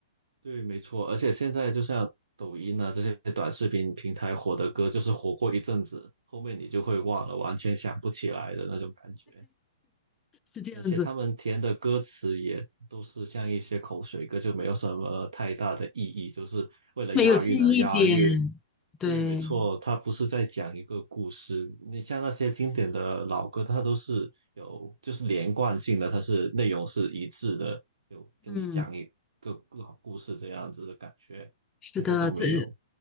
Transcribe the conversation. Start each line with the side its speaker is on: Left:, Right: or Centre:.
Right: 对，没错。而且现在就像抖音啊这些短视频平台火的歌，就是火过一阵子，后面你就会忘了，完全想不起来的那种感觉。
Left: 是这样子，
Right: 而且他们填的歌词也都是像一些口水歌，就没有什么太大的意义，就是为了押韵而押韵。
Left: 没有记忆点。对，
Right: 对，没错，它不是在讲一个故事。你像那些经典的老歌，它都是有就是连贯性的，它是内容是一致的，有跟你讲一个老故事这样子的感觉，
Left: 嗯，是的，
Right: 现在都没有。
Left: 这